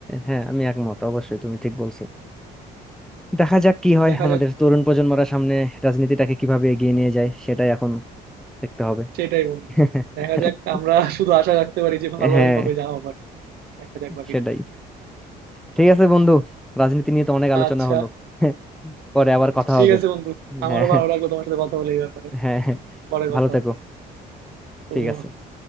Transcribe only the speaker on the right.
দেখা
যাক
সেটাই বন্ধু
দেখা যাক আমরা শুধু আশা রাখতে পারি যে ভালোই
হবে যা হবার দেখা যাক বাকিটা
আচ্ছা
ঠিক
আছে বন্ধু আমারও
ভালো লাগলো তোমার সাথে কথা বলে এই ব্যাপারে
পরে
কথা
হবে আবার। তুমিও
ভালো থেকো।